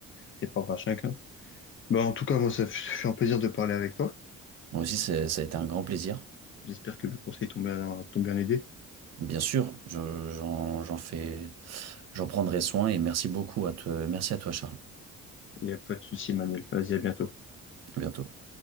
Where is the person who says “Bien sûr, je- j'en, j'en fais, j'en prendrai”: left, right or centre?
Right